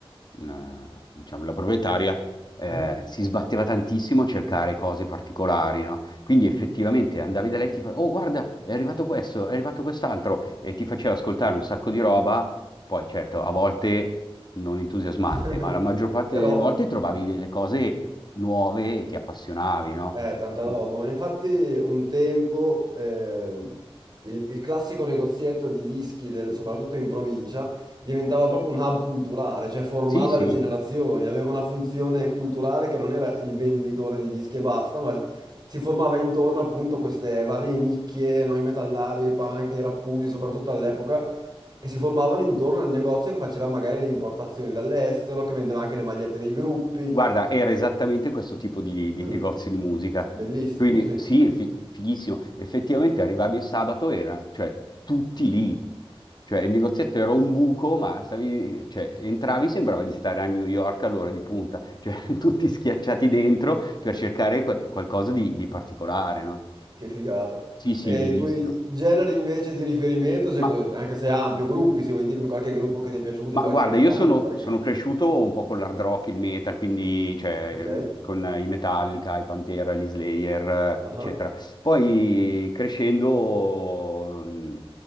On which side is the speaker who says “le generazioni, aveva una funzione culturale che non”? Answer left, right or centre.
Right